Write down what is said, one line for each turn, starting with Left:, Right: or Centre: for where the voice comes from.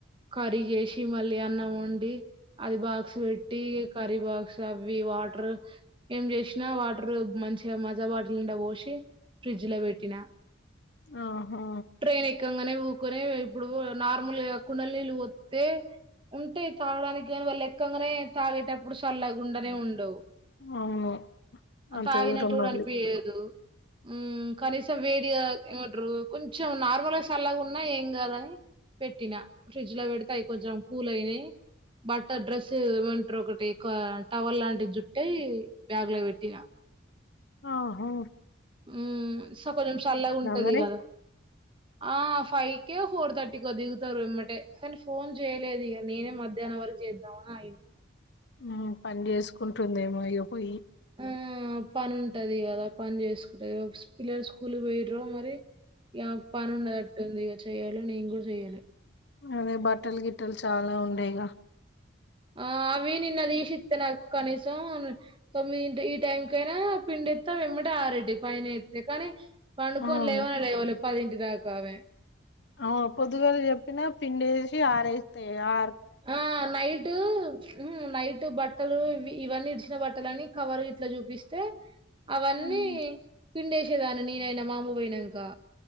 Right: కర్రీ చేసి మళ్ళీ అన్నం వండి అది బాక్స్ పెట్టి కరర్రి బాక్ అవి వాటర్ ఏం చేసినా వాటర్ మంచిగా మజా వాాటిల్ నిండా పోసి ఫ్రిడ్జ్ లో పెట్టినా
Left: ఆహా
Right: ట్రైన్ ఎక్కంగానే ఊకొని ఇప్పుడు నార్మల్గా కుండ నీళ్ళు వస్తే, ఉంటాయి తాగడానికి కాని వాళ్ళు ఎలక్కంగానే తాగేటప్పుడు చల్ల గుండనే ఉంట
Left: అవును
Right: <unintelligible>
Left: అంత
Right: తాగినట్టు
Left: దూరం
Right: కూడా
Left: మళ్ళీ
Right: అనిపియదు ఉ కనీసం వేడియా ఏమంటరు కొంచెం నార్మల్గా సల్లాగా ఉన్నా ఏం కాదని పెట్టినా, ఫ్రిడ్జ్ లో పెడితే అవి కొంచెం కూల్ అయినాయి, బట్టర్ డ్రెస్ ఏమంటారు ఒకటి టవర్ లాంటి జుట్టి బ్యాగ్ లో పెట్టినా
Left: ఆహో
Right: ఉ స కొంచెం చల్లాగా ఉంటది
Left: మరి
Right: కదా ఆ ఫైవ్ కే ఫోర్ థర్టీకి దిగుతారు ఇమ్మటే, కానీ ఫోన్ చేయలేదు ఇక, నేనే మధ్యాహ్నం వరకు చేద్దామని ఆగిన
Left: ఆ పని చేసుకుంటుందేమో అయ్య పోయి
Right: ఆ పని ఉంటది కదా పని చేసుకుంటది పిల్లలు స్కూల్ పోయ్రో మరి ఇ పని ఉండదట్టుంది ఇక చెయి నం కూడా చేయ్యాలి
Left: అదే బట్టలు గిట్టలు చాలా ఉండేయిగా
Right: ఆ అవీనిన్నది ఈసిత్త నా కనీస అవును తొమ్మి ఈ టైం కైనా పిండి ఎస్తా వెమ్మట ఆరడి పైన ఎస్తతే కానీ పణుకు
Left: అవును
Right: అ లేవన లేవ ఇ అ ఇకావే
Left: అవు పొదుగాేలు చెప్పిన పింండేసి ఆరేస్త ఆ
Right: ఆ నైట్ ఉ నైట్ బట్టలు ఇవన్నీ ఇడిచిన బట్టలన్న కవర్ ఇట్లా చూపిస్తే అవన్నీ
Left: హ్మ్.
Right: పిండేసేదాన్ని నేనైనా మామూగాయినాంకా